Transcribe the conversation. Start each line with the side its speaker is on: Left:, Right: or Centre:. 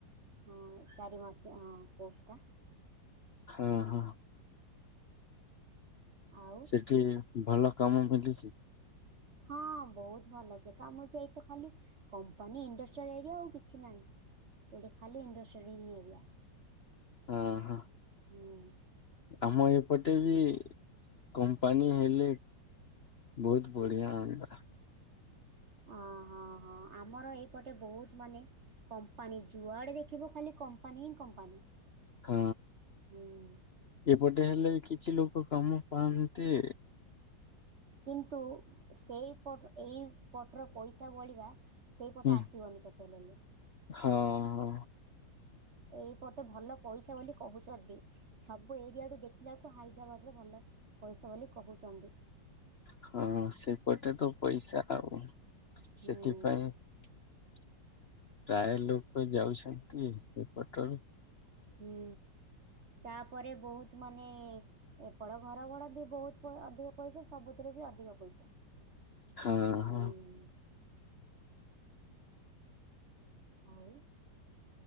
Right: ହଁ ଚାରି ମାସ ହଁ କୋସ ଟା।
Left: ହଁ ହଁ।
Right: ଆଉ
Left: ସେଠି ଭଲ କାମ ମିଳୁଛି।
Right: ହଁ ବହୁତ ଭଲ ସେ କାମୁଛି ଏଇତ ଖାଲି କମ୍ପାନୀ ଇଣ୍ଡଷ୍ଟ୍ରିଆଲ ଏରିଆ ଆଉ କିଛି ନାହିଁ। ଇଆଡେ ଖାଲି ଇଣ୍ଡ୍ରଷ୍ଟ୍ରୟଲ ଏରିଆ।
Left: ହଁ ହୋ।
Right: ହୁଁ।
Left: ଆମ ଏପଟେ ବି କମ୍ପାନୀ ହେଲେ। ବହୁତ ବଢିଆ ହଅନ୍ତା।
Right: ଅ ହଁ ହଁ ଆମର ଏଇପଟେ ବହୁତ ମାନେ କମ୍ପାନୀ ଯୁଆଡ଼େ ଦେଖିବ ଖାଲି କମ୍ପାନୀ ହିଁ କମ୍ପାନୀ।
Left: ହଁ।
Right: ହୁଁ
Left: ଏପଟେ ହେଲେ ବି କିଛି ଲୋକ କାମ ପାଆନ୍ତି।
Right: କିନ୍ତୁ ସେଇ ପଟ ଏଇ ପଟର ପଇସା ବଳିବା ସେଇପଟେ
Left: ହୁଁ
Right: ଆସିବନି କେତେ ହେଲେ।
Left: ହଁ।
Right: ଏଇପଟେ ଭଲ ପଇସା ବୋଲି କହୁଛନ୍ତି। ସବୁ ଏରିଆଠୁ ଦେଖିଲା ବଳକୁ ହାଇଦ୍ରାବାଦରେ ଭଲ ପଇସା ବୋଲି କହୁଛନ୍ତି।
Left: ହଁ ସେପଟେ ତ ପଇସା ଆଉ
Right: ହୁଁ
Left: ସେଥିପାଇଁ ପ୍ରାୟ ଲୋକ ଯାଉଛନ୍ତି ଏପଟରୁ।
Right: ହଁ ତାପରେ ବହୁତ ମାନେ ଏପଟ ଘର ଭଡା ବି ବହୁତ ଅଧିକ ପଇସା ସବୁଥିରେ ବି ଅଧିକ ପଇସା।
Left: ହଁ
Right: ହୁଁ
Left: ହଁ।
Right: ଆଉ